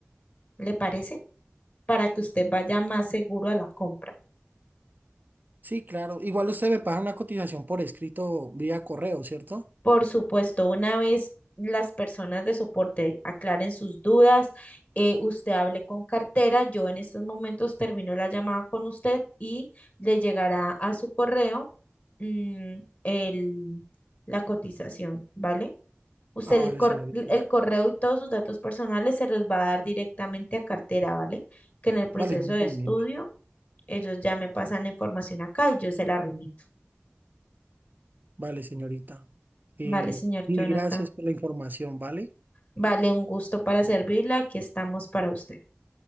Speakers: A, on the left; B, on the right.
A: ¿Le parece? Para que usted vaya más seguro a la compra.
B: Sí, claro. Igual usted me paga una cotización por escrito vía correo, ¿cierto?
A: Por supuesto, una vez las personas de soporte aclaren sus dudas, eh, usted hable con cartera, yo en estos momentos termino la llamada con usted y le llegará a su correo mm, el, la cotización, ¿vale? Usted
B: Ah, vale,
A: el, cor-
B: señorita.
A: el correo y todos sus datos personales se los va a dar directamente a cartera, ¿vale? Que en el proceso
B: Vale, no hay inconveniente.
A: de estudio ellos ya me pasan la información acá y yo se la remito.
B: Vale, señorita. Eh,
A: ¿Vale, señor
B: mil
A: Jonathan?
B: gracias por la información, ¿vale?
A: Vale, un gusto para servirla. Aquí estamos para usted.